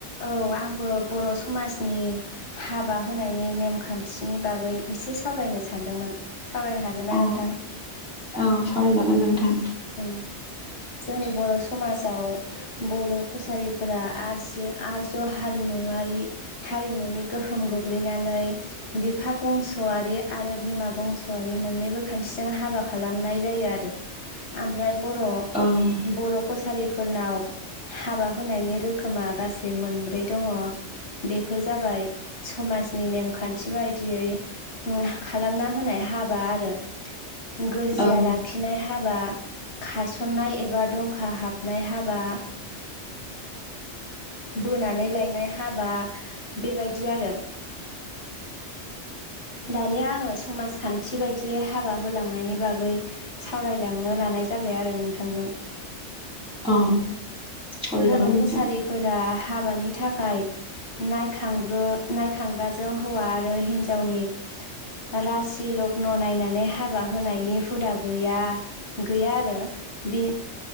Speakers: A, on the left; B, in the centre.
A: औ आंबो बर समाजनि हाबा होनायनि नेमखान्थिनि बागै एसे सावरायनो सानदोंमोन सावरायनो हागोन
B: अ
A: गोन ना नोंथां?
B: औ सावरायजागोन नोंथां
A: ओ जोंनि बर समाजाव बर कसारिफोरा आरजि आरज्य हारिमुवारि हारिमुनि गोहोम गोग्लैनानै बिफा बंसआारि आरो बिमा बंसआारि मोननैबो खान्थिजों हाबा खालामनाय जायो आरो। ओमफ्राय बर
B: अह
A: बर कसारिफोरनाव हाबा होनायनि रोखोमा गासै मोनब्रै दङ। बेफोर जाबाय समाजनि नेमखान्थि बायदियै ओम खालामना होनाय हाबा आरो। गोरजिया
B: औ
A: लाखिनाय हाबा खारसननाय एबा दंखा हाबनाय हाबा बोनानै लायनाय हाबा बेबायदि आरो।
B: <inaudible>
A: दानिया आङो समाजखान्थि बायदियै हाबा होलांनायनि बागै सावरायलांनो लानाय जाबाय आरो नोंथांजों।
B: औ सावरायजागोन
A: बर
B: नोंथां
A: कसारिफोरा हाबानि थाखाय नायख्रांग्रो नायखांग्राजों हौवा आरो हिन्जावनि रासि लग्न नायनानै हाबा होनायनि हुदा गैया गैया आरो बे